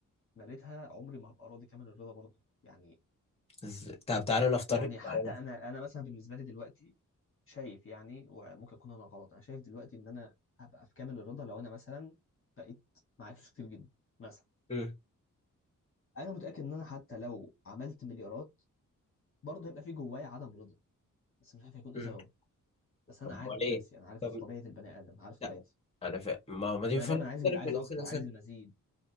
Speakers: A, on the left; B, on the left.
A: مليتها عمري ما هبقى راضي كامل الرضا برضه يعني
B: ز- طب تعالى نفترض
A: يعني حتى
B: تعالى نفترض
A: انا انا مثلا بالنسبه لي دلوقتي شايف يعني وممكن اكون انا غلط انا شايف دلوقتي ان انا هبقى في كامل الرضا لو انا مثلا بقيت معايا فلوس كتير جدا مثلا
B: مم.
A: انا متاكد ان انا حتى لو عملت مليارات برضه هيبقى في جوايا عدم رضا بس مش عارف هيكون
B: مم.
A: ايه سببه بس انا
B: طب
A: عارف
B: امال ايه
A: نفسي انا عارف
B: طب
A: طبيعه البني ادم عارف
B: لا
A: طبيعتي
B: انا فاهم ما ما دي
A: انا
B: فاهم
A: دايما
B: تختلف
A: عايز عايز
B: من
A: اكتر
B: انسان لانسان
A: عايز المزيد